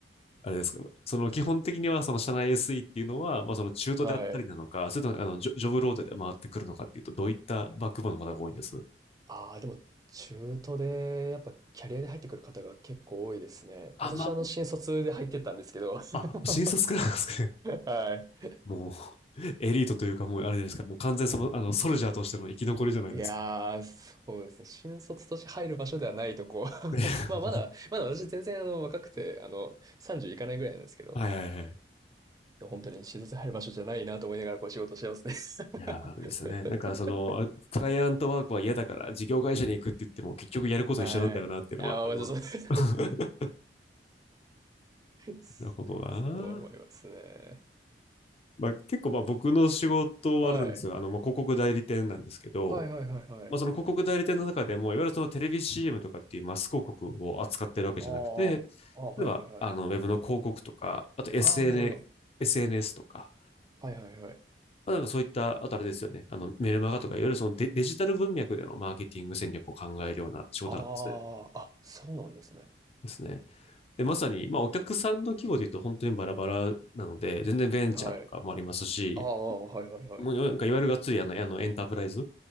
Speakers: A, on the left; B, on the right.
A: あれですか。その基本的にはその社内 SE っていうのは、まあその中途であったりなのか、
B: <laughs> はい。
A: それともあのジョ、ジョブローテで回ってくるのかっていうと、どういったバックボーンの方が多いんです
B: ああ、でも中途でやっぱキャリアで入ってくる方が結構多いですね。
A: あ、
B: 私あの新卒で入ってったんですけど。
A: ま
B: <laughs>
A: あ、あ、新卒からなんですかね
B: はい。
A: もう、<laughs> エリートというか、もうあれじゃないですか、もう完全その、あの、ソルジャーとしての生き残りじゃないですか。
B: いやー、そうですね。新卒として入る場所ではないとこ。
A: <laughs>
B: <laughs> まあまだ、まだ私全然あの若くて、あの30いかないぐらいなんですけど。
A: はいはいはい。
B: 本当に診察入る場所じゃないなと思いながらこう仕事してますね。
A: いやー、あれですよね。
B: <laughs>
A: なんか、その、クライアントワークは嫌だから、事業会社に行くって言っても、結局やること一緒なんだよなっていうのは、
B: はい。あ、まあまあ、
A: あの、
B: そう、<laughs>
A: <laughs>
B: そ
A: なるほどな。
B: う思いますね。
A: まあ、結構、まあ、僕の仕事はあれなんですよ。
B: はい。
A: あの、まあ、広告代理店なんですけど、
B: はいはいはいはい。
A: まあ、その広告代理店の中でも、いわゆるそのテレビ CM とかっていうマス広告を扱ってるわけじゃなくて、
B: あーあー、はいはいはい。
A: 例えば、あの、ウェブの広告とか、あと SN、
B: ああ、なるほど。
A: SNS とか、
B: はいはいはい。
A: まあ、なんかそういった、あとあれですよね、あの、メルマガとか、いわゆるそのデ、デジタル文脈でのマーケティング戦略を考えるような仕事なんですね。
B: ああ、あ、そうなんですね。
A: ですね。で、まさに、まあ、お客さんの規模で言うと本当にバラバラなので、全然ベンチャーとかもありますし、
B: はい。ああ、はいはいはい。
A: もうなんかいわゆるがっつりあの、あのエンタープライズの